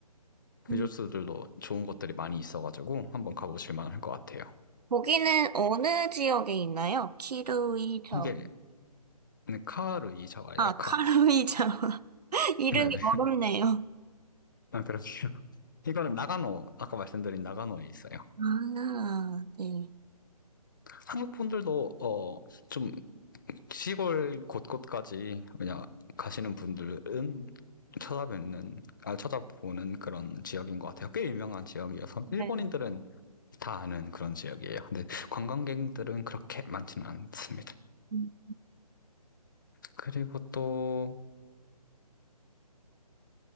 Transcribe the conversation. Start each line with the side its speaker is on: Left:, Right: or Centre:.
Right: 음.
Left: 리조스들도 좋은 곳들이 많이 있어가지고 한번 가보실 만할 것 같아요.
Right: 거기는 어느 지역에 있나요? 키루이 자와.
Left: 이게 네, 카루이자와예요,
Right: 아,
Left: 카.
Right: 카루이 자와. <laughs> 이름이
Left: 네네.
Right: 어렵네요.
Left: 아, 그렇게요. 이거는 나가노, 아까 말씀드린 나가노에 있어요.
Right: 아, 네.
Left: 한국 분들도, 어, 좀 시골 곳곳까지 그냥 가시는 분들은 쳐다보는 아, 쳐다보는 그런 지역인 것 같아요. 꽤 유명한 지역이어서
Right: 네.
Left: 일본인들은 다 아는 그런 지역이에요. 근데 관광객들은 그렇게 많지는 않습니다.
Right: 음.
Left: 그리고 또